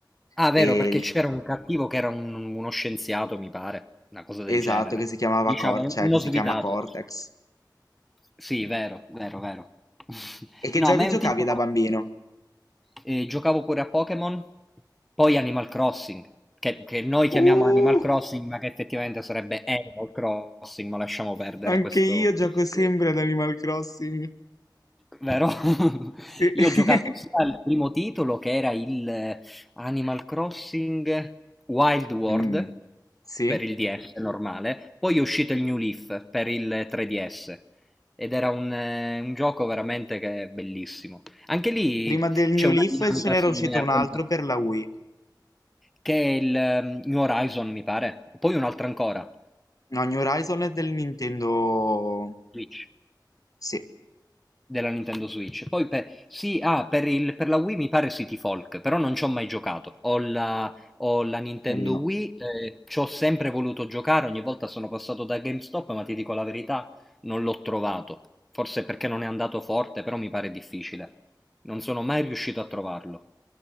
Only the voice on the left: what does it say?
E
il-
esatto,
che si chiamava
Cor-
cioè
che
si chiama Cortex.
E che
giochi
giocavi
da bambino?
Uh,
anche
io gioco sempre
ad Animal Crossing.
Sì.
<laughs>
Mm, sì.
Prima del
New
Leaf
ce n'era
uscito
un altro
per la Wii.
No, New Horizon è del Nintendo...
Sì,
carino.